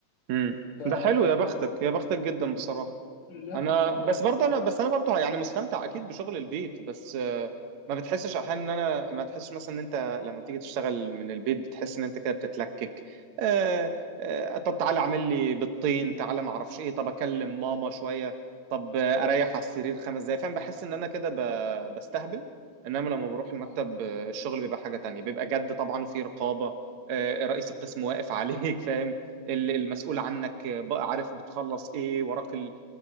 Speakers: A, on the right (about 65°); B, on the left (about 50°).
A: مم.
B: فالحمد
A: ده حلو يا بختك يا بختك جدا بصراحه
B: لله
A: انا
B: الحمد
A: بس
B: لله
A: برضه انا بس انا برضه يعني مستمتع اكيد بشغل البيت بس آه، ما بتحسش احيانا ان انا ما تحسش مثلا ان انت لما تيجي تشتغل من البيت بتحس ان انت كده بتتلكك آه، آه، طب تعالى اعمل لي بيضتين تعالى ما اعرفش ايه طب اكلم ماما شويه طب آه، اريح على السرير خمس دقايق فاهم بحس ان انا كده ب- بستهبل انما لما بروح المكتب
B: اه
A: آه، الشغل بيبقى حاجه تانية بيبقى جد طبعا وفي رقابه آه، رئيس القسم واقف عليك <laughs> فاهم ال- المسؤول عنك آه، بقى عارف بتخلص ايه وراك ال-